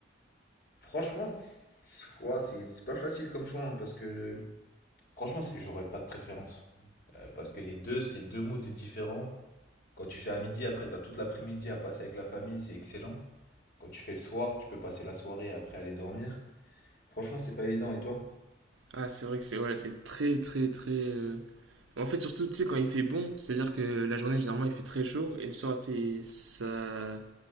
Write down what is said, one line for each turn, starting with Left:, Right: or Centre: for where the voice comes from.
Left: Franchement, c'est ouah, c'est- c'est pas facile comme choix, hein, parce que franchement, c'est- j'aurais pas de préférence. Euh, parce que les deux, c'est deux moods différents. Quand tu fais à midi, après, t'as toute l'après-midi à passer avec la famille, c'est excellent. Quand tu fais le soir, tu peux passer la soirée et après aller dormir. Franchement, c'est pas évident, et toi?
Right: Ah c'est vrai que c'est ouais, c'est très très très. euh, En fait, surtout tu sais quand il fait bon, c'est-à-dire que la journée généralement il fait très chaud et le soir tu sais, ça,